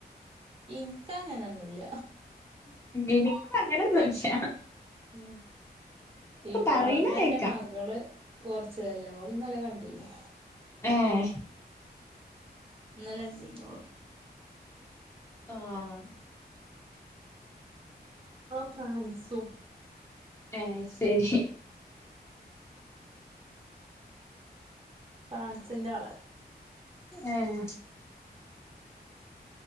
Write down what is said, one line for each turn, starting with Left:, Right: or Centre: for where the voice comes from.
Right: എനിക്കങ്ങനൊന്നുമല്ല
Left: എനിക്ക അങ്ങനെന്നോച്ചാ
Right: മ് ഇപ്പഴണ്ട്
Left: പറയണ കേക്കാം
Right: എന്റെ മകള് പോർച്ചുഗൽ ഓള്ന്നല്ലേ കണ്ടീനി
Left: ആഹ്
Right: ഇന്നലെ ണ്ടിന്നോള്
Left: ആഹ്
Right: ഫ്രാന്‍സു
Left: ആഹ് ശരി
Right: ഫ്രാൻസിന്റെ ആള്
Left: ങ്ങെ